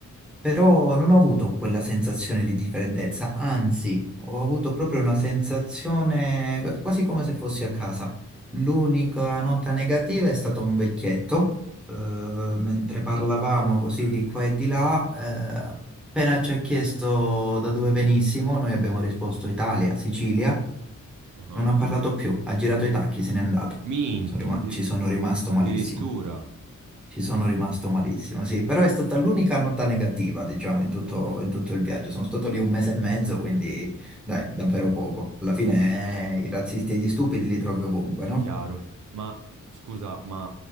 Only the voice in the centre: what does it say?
Però non ho avuto quella sensazione lì di freddezza, anzi, ho avuto proprio una sensazione qu- quasi come se fossi a casa. L'unica nota negativa è stato un vecchietto, eh, mentre parlavamo così di qua e di là, eh, appena ci ha chiesto da dove venissimo, noi abbiamo risposto Italia, Sicilia,
non ha parlato più, ha girato i tacchi, se n'è andato.
Sono rima-
ci sono
rimasto
malissimo. Ci sono rimasto malissimo, sì, però è stata l'unica nota negativa, diciamo, in tutto, in tutto il viaggio. Sono stato lì un mese e mezzo, quindi dai, davvero poco. Alla fine eh, i razzisti e gli stupidi li trovi ovunque,
no?